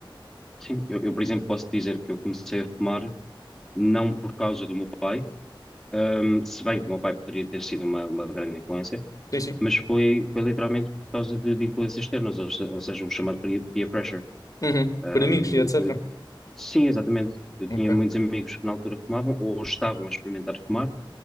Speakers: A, in the centre; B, on the left.
A: sim. Eu, eu, por exemplo, posso dizer que eu comecei a fumar não por causa do meu pai Um, se bem que o meu pai poderia ter sido uma, uma grande influência,
B: Sim, sim.
A: mas foi, foi literalmente por causa de, de influências externas, ou, se- ou seja, o chamado peer, peer pressure.
B: Uhum.
A: Um,
B: Por amigos e etc.
A: eu- sim, exatamente. Eu tinha
B: Ok.
A: muitos amigos que na altura fumavam ou estavam a experimentar fumar